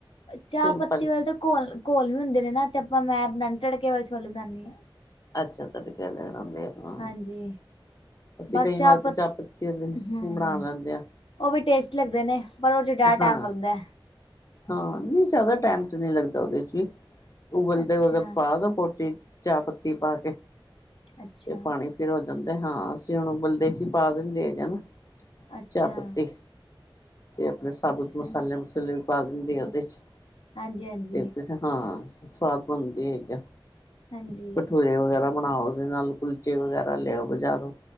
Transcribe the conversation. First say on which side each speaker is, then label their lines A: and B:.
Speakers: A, on the left (about 80°); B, on the left (about 40°).
A: ਚਾਹ
B: ਸਿੰਪਲ
A: ਪੱਤੀ ਵਾਲੇ ਤੇ ਘੋਲ ਘੋਲ ਵੀ ਹੁੰਦੇ ਨੇ ਨਾ ਤੇ ਆਪਾਂ ਮੈਂ ਬ ਤੜਕੇ ਵਾਲੇ ਛੋਲੇ ਬਣਾਉਂਦੀ ਹਾਂ।
B: ਅੱਛਾ ਤੁਹਾਡੇ ਕਹਿ ਲੈਣ ਹੁੰਦੇ ਆ। ਹਾਂ
A: ਹਾਂਜੀ
B: ਅਸੀਂ
A: ਬਸ
B: ਕਈ ਵਾਰ
A: ਪ
B: ਤੇ ਚਾਹ ਪੱਤੀ
A: ਹਮ
B: ਬਣਾ ਲੈਂਦੇ ਆ।
A: ਉਹ ਵੀ ਟੇਸਟ ਲੱਗਦੇ ਨੇ ਪਰ ਉਹ 'ਚ ਡਿਆ ਟਾਈਮ
B: ਹਾਂ
A: ਲੱਗਦਾ।
B: ਹਾਂ ਨਹੀਂ ਜ਼ਿਆਦਾ ਟਾਈਮ ਤੇ ਨਹੀਂ ਲੱਗਦਾ ਉਹਦੇ 'ਚ ਵੀ ਉਬਲਦੇ
A: ਅੱਛਾ
B: ਵਕਤ ਪਾ ਦੋ ਪੋਟਲੀ ਚਾਹ ਪੱਤੀ ਪਾ ਕੇ
A: ਅੱਛਾ
B: ਤੇ ਪਾਣੀ ਫਿਰ ਹੋ ਜਾਂਦੇ ਹਾਂ ਅਸੀਂ ਹੁਣ ਉਬਲਦੇ ਸੀ ਪਾ ਦੇ ਦੇ ਹੈਗਾ ਨਾ।
A: ਅੱਛਾ
B: ਚਾਹ ਪੱਤੀ ਤੇ ਆਪਣੇ ਸਾਬੂਤ
A: ਅੱਛਾ
B: ਮਸਾਲੇ ਮਸੁਲੇ ਪਾ ਦਿੰਦੇ ਉਹਦੇ 'ਚ
A: ਹਾਂਜੀ ਹਾਂਜੀ
B: ਤੇ ਫਿਰ ਹਾਂ ਸਵਾਦ ਬਣਦੇ ਹੈਗੇ ਆ।
A: ਹਾਂਜੀ
B: ਭਠੂਰੇ ਵਗੈਰਾ ਬਣਾਓ ਉਹਦੇ ਨਾਲ ਕੁਲਚੇ ਵਗੈਰਾ ਲਿਆਓ ਬਜ਼ਾਰੋਂ